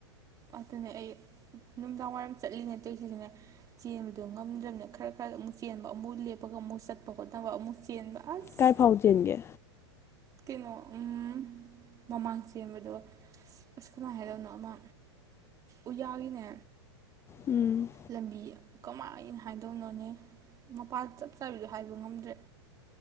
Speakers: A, on the right; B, on the left.
A: ꯑꯗꯨꯅꯦ ꯑꯩ ꯅꯨꯝꯗꯥꯡ ꯋꯥꯏꯔꯝ ꯆꯠꯂꯤꯅꯦ ꯇꯣꯏꯁꯤꯁꯨꯅꯦ ꯆꯦꯟꯕꯗꯣ ꯉꯝꯗ꯭ꯔꯝꯅꯤꯅ ꯈꯔ ꯈꯔ ꯑꯃꯨꯛ ꯆꯦꯟꯕ ꯑꯃꯨꯛ ꯂꯦꯞꯄꯒ ꯑꯃꯨꯛ ꯆꯠꯄ ꯈꯣꯠꯅꯕ ꯑꯃꯨꯛ ꯆꯦꯟꯕ ꯑꯁ
B: ꯀꯥꯏ ꯐꯥꯎ ꯆꯦꯟꯒꯦ
A: ꯀꯩꯅꯣ ꯎꯝ ꯃꯃꯥꯡ ꯆꯦꯟꯕꯗꯣ ꯑꯁ ꯀꯃꯥꯏꯟ ꯍꯥꯏꯗꯣꯅꯣ ꯑꯃ ꯎꯌꯥꯒꯤꯅꯦ
B: ꯎꯝ
A: ꯂꯝꯕꯤ ꯀꯃꯥꯏꯅ ꯍꯥꯏꯗꯧꯅꯣꯅꯦ ꯃꯄꯥ ꯆꯞ ꯆꯥꯕꯤꯗꯣ ꯍꯥꯏꯕ ꯉꯝꯗ꯭ꯔꯦ